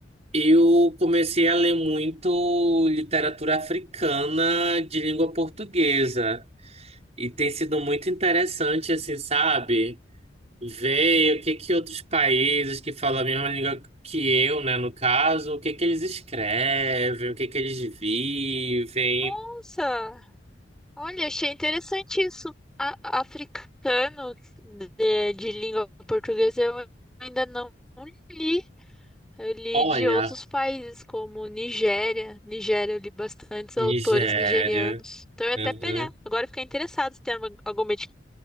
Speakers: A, on the right; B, in the centre.
A: Eu comecei a ler muito literatura africana de língua portuguesa e tem sido muito interessante, assim, sabe? Ver o que que outros países que falam a mesma língua que eu, né, no caso, o que que eles escrevem, o que que eles vivem.
B: Nossa, olha, achei interessante isso. A- africano de, de língua portuguesa eu ainda não li. Eu li
A: Olha,
B: de outros países, como Nigéria. Nigéria, eu li bastantes
A: Nigéria.
B: autores nigerianos. Então eu ia até
A: Uhum.
B: pegar. Agora eu fiquei interessado se tem alguma, alguma indi-